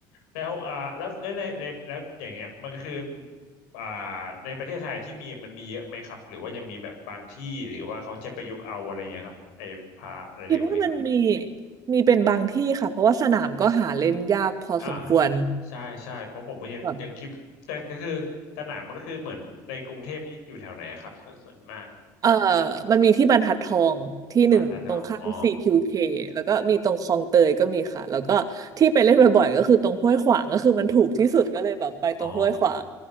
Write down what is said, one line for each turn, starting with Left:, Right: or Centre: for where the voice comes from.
Left: แล้วอ่าแล้วแล้วในในแล้วอย่างเงี้ยมันก็คืออ่าในประเทศไทยที่มีมันมีเยอะไหมครับหรือว่ายังมีแบบบางที่หรือว่าเขาใช้ประยุกต์เอาอะไรอย่างเงี้ยครับไอ้พาอะไรเร็วเนี่ยครับ
Right: คิดว่ามันมีมีเป็นบางที่ค่ะเพราะว่าสนามก็หาเล่นยากพอสมควร
Left: อ่าใช่ใช่เพราะผมก็ยังยังคิดแต่ก็คือสนามมันก็คือเหมือนในกรุงเทพนี่อยู่แถวไหนอะครับส่วนส่วนมาก
Right: แบบเออมันมีที่บรรทัดทองที่หนึ่งตรงข้าม
Left: บางนานาอ๋อ
Right: CQK แล้วก็มีตรงคลองเตยก็มีค่ะแล้วก็ที่ไปเล่นบ่อยๆก็คือตรงห้วยขวางก็คือมันถูกที่สุดก็เลยแบบไปตรงห้วยขวาง
Left: อ๋อ